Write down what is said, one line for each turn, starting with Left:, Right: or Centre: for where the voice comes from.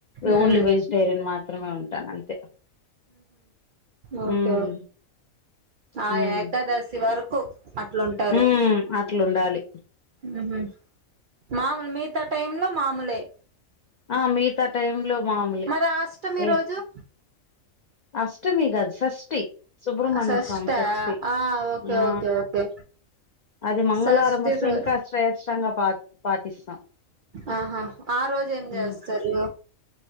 Right: ఉమ్
Left: ఓన్లీ వెజిటేరియన్ మాత్రమే ఉంటాను అంతే
Right: ఓకే
Left: ఉమ్
Right: ఆ
Left: ఉమ్
Right: ఏకాదశి వరకు అట్లుంటారు
Left: ఉమ్ అట్లుండాలి
Right: ఊ మామూలు మిగతా టై లో మామూలే
Left: ఆ మిగతా టైమ్ లో మామూలు
Right: మరి ఆ అష్టమి
Left: ఏ
Right: రోజు
Left: అష్టమి గదు షష్ఠి సుబ్ర్మణ్య
Right: షష్ఠా
Left: స్వామి షష్ఠి
Right: ఆ ఓకే
Left: ఆ
Right: ఓకే ఓకే
Left: అది మంగళవారం
Right: షష్ఠి
Left: వస్తే
Right: రో
Left: ఇంకా శ్రేష్టంగా పా పాటిస్తాం
Right: ఆహా ఆ రోజు ఏం చేస్తారు
Left: ఉమ్